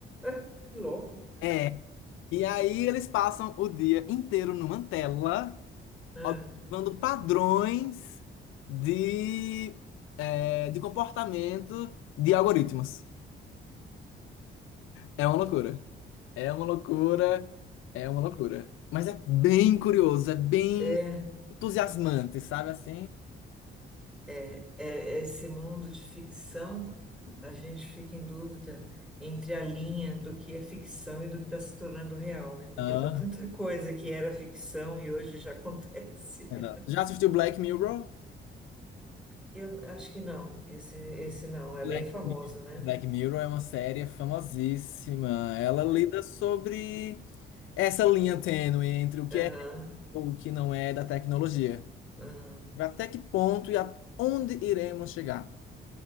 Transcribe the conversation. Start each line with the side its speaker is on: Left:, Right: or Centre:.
Centre: é, que louco.
Left: É. E aí eles passam o dia inteiro numa tela,
Centre: É,
Left: observando padrões de, é, de comportamento de algoritmos. É uma loucura. É uma loucura. É uma loucura. Mas é bem curioso, é bem
Centre: é,
Left: entusiasmante, sabe assim?
Centre: é, é esse mundo de ficção, a gente fica em dúvida entre a linha do que é ficção e do que está se tornando real, né? Porque
Left: Ah,
Centre: tem tanta coisa que era ficção e hoje já acontece.
Left: é
Centre: <laughs>
Left: não. Já assistiu Black Mirror?
Centre: Eu acho que não, esse, esse não, é
Left: Black,
Centre: bem famoso,
Left: Mi-
Centre: né?
Left: Black Mirror é uma série famosíssima. Ela
Centre: Uhum.
Left: lida sobre essa linha tênue entre o que
Centre: Aham,
Left: é e o que não é da tecnologia.
Centre: aham.
Left: Até que ponto e aonde iremos chegar,